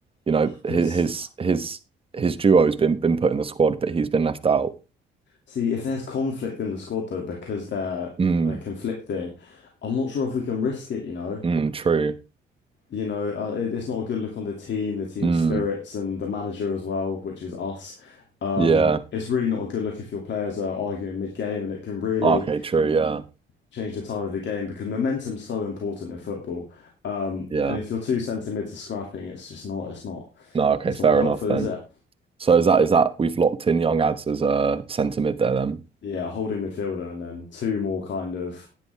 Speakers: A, on the right; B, on the left.
A: you know
B: But
A: his
B: s-
A: his his his duo's been been put in the squad but he's been left out.
B: see, if there's conflict in the squad though, because they're
A: Mm,
B: they're conflicting, I'm not sure if we can risk it, you know.
A: mm, true.
B: You know, uh, it, it's not a good look on the team, the team
A: Mm,
B: spirits, and the manager as well, which is us. Um,
A: yeah.
B: it's really not a good look if your players are arguing mid-game, and it can really
A: Okay, true. Yeah.
B: change the tide of the game because momentum's so important in football. Um,
A: Yeah.
B: and if your two centre mids are scrapping, it's just not, it's not,
A: No, okay,
B: it's
A: fair
B: not helpful,
A: enough then.
B: is it?
A: So is that is that we've locked in Young Ads as a centre mid there then?
B: Yeah, holding midfielder and then two more kind of